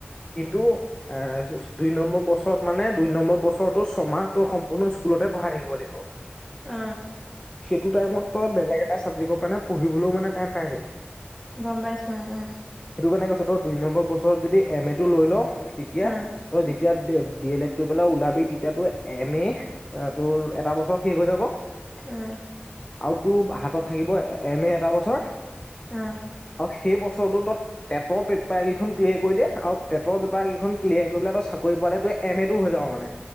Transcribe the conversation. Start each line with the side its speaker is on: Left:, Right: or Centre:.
Left: কিন্তু এ দুই নম্বৰ বছৰত মানে দুই নম্বৰ বছৰতো ছমাহটো সম্পূৰ্ণ স্কুলতে পঢ়াই থাকিব লাগিব <inaudible>
Centre: অ
Left: সেইটো টাইমত তই বেলেগ এটা চাবজেক্টৰ কাৰণে পঢ়িবলৈও মানে টাইম পাই যাবি
Centre: গম পাইছো উম
Left: সেইটো কাৰণে কৈছো তই দুই নম্বৰ বছৰত যদি এম এটো লৈ ল' তেতিয়া
Centre: অ',
Left: ত যেতিয়া ডি এল এড কৰি পেলাই ওলাবি তেতিয়াতো এম এ এ তোৰ এটা বছৰ শেষ হৈ যাব
Centre: উম
Left: আৰু তোৰ হাতত থাকিব এম এ এটা বছৰ
Centre: অ',
Left: আৰু সেই বছৰটোত তই টেটৰ পেপাৰ কেইখন ক্লিয়াৰ কৰি দিয়ে আৰু টেটৰ পেপাৰ কেইখন ক্লিয়াৰ কৰিবলে তই চাকৰি পোৱানাই তোৰ এম এটো হৈ যাব মানে